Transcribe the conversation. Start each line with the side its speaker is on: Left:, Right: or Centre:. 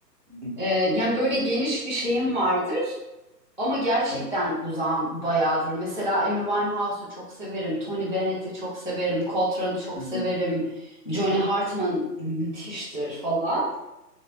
Right: hı hı.
Left: E, yani böyle geniş bir şeyim vardır ama gerçekten
Right: Şey,
Left: uzağım bayağıdır. Mesela Amy Winehouse'u
Right: evet,
Left: çok severim, Tony Bennett'i çok severim, Coltrane'ı çok
Right: hı hı,
Left: severim, Johnny Hartman müthiştir falan.